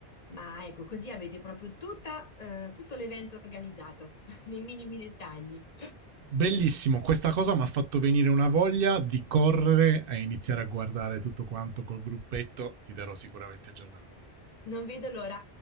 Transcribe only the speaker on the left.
ma ecco, così avete proprio tutta, eh, tutto l'evento organizzato, <laughs> nei minimi dettagli.
Non vedo l'ora.